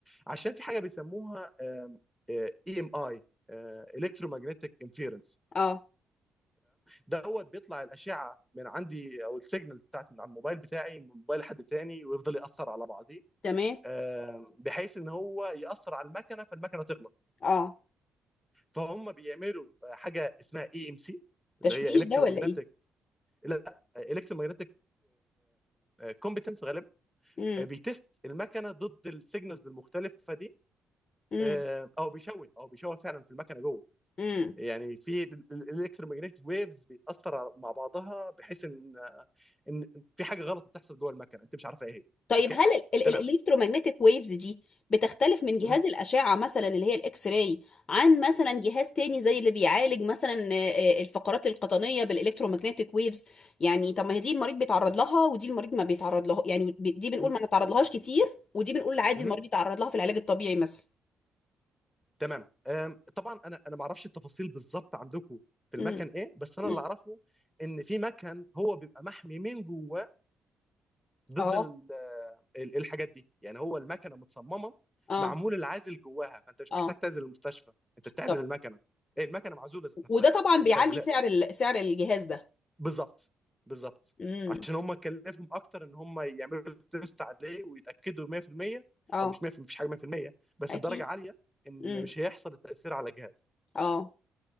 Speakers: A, in the centre; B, on the left.
A: عشان في حاجه بيسموها اي ام اي الكترومagnetic انفيرنس
B: اه
A: دوت بيطلع الاشعه من عندي او السيجنالز بتاعت من على الموبايل بتاعي من موبايل حد تاني ويفضل ياثر على بعضيه
B: تمام
A: آه، بحيث ان هو ياثر على المكنه فالمكنه تغلق
B: اه
A: فهم بيعملوا آه، حاجه اسمها اي ام سي اللي
B: تشويش
A: هي الكترومagnetic
B: ده ولا
A: لا الكترومagnetic كومبتنس غالبا
B: ايه
A: آه، بيتست المكنه ضد السيجنالز المختلفه دي
B: امم
A: آه، او بيشوه او بيشوه فعلا في المكنه جوه
B: امم
A: يعني في الالكترومagnetic ويفز بيتاثر على- مع بعضها بحيث ان ان في حاجه غلط بتحصل جوه المكنه انت مش عارفه ايه هي
B: طيب
A: اوكي
B: هل ال-
A: تمام
B: ال- الالكترومagnetic ويفز دي بتختلف من جهاز
A: م-
B: الأشعة مثلا اللي هي الإكس راي عن مثلا جهاز تاني زي اللي بيعالج مثلا آه، آه، الفقرات القطنية بالالكترومagnetic ويفز يعني طب ما هي دي المريض بيتعرض لها ودي المريض ما بيتعرض لها يعني ب- دي بنقول
A: م-
B: ما نتعرض لهاش كتير ودي بنقول عادي
A: م-
B: المريض يتعرض لها في العلاج الطبيعي مثلا
A: تمام أم، طبعا انا انا ما اعرفش التفاصيل بالظبط عندكم في المكن
B: امم
A: ايه بس انا
B: امم
A: اللي اعرفه ان في مكن هو بيبقى محمي من جوه ضد
B: اه
A: ال- آه، ال- الحاجات دي يعني هو المكنه متصممه
B: اه
A: معمول العازل جواها فانت مش
B: اه
A: محتاج تعزل المستشفى انت بتعزل
B: طب
A: المكنه ايه المكنه معزوله ذات نفسها
B: وده
A: انت
B: طبعا
A: مش ما
B: بيعلي
A: بتعزلهاش
B: سعر ال- سعر الجهاز ده
A: بالظبط بالظبط
B: امم
A: عشان هم كلفهم اكتر ان هم يعملوا تيست عليه ويتاكدوا 100%
B: اه
A: او مش 100% مفيش حاجه 100% بس
B: اكيد
A: بدرجه عاليه ان
B: امم
A: مش هيحصل التاثير على جهاز
B: اه